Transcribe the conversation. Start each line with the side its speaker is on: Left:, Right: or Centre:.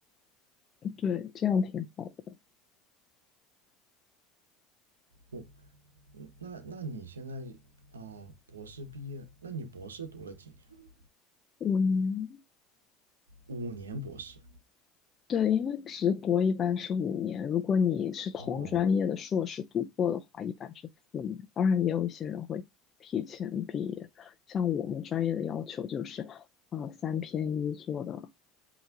Left: <laughs> 对，这样挺好的。
Right: 我，嗯那那你现在啊，博士毕业，那你博士读了几年？
Left: 五年，
Right: 五年博士。
Left: 对，因为直博一般是五年，如果你是同专业的硕士读过的话，
Right: 哦
Left: 一般是四年。当然，也有一些人会提前毕业，像我们专业的要求就是，呃，三篇一做的。